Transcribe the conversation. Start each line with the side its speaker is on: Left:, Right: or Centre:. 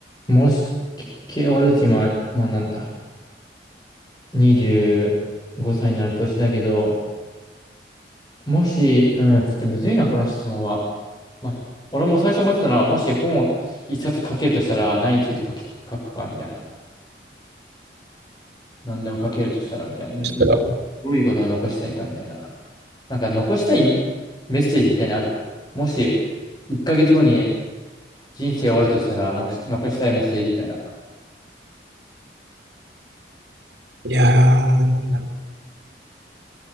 Left: もし、き、き、俺たち今、まあなんだ、25歳になる年だけど、もし、うん、ちょっとむずいな、この質問は。まあ、俺も最初思ってたのは、もし本を一冊書けるとしたら、何について書き、書くか、みたいな。何でも書けるとしたら、みたいな。んど
Right: したら。
Left: どういうことを残したいか、みたいな。なんか残したいメッセージみたいなのある。もし、1ヶ月後に人生終わるとしたら、残残したいメッセージみたいな。
Right: いやー、なんだろ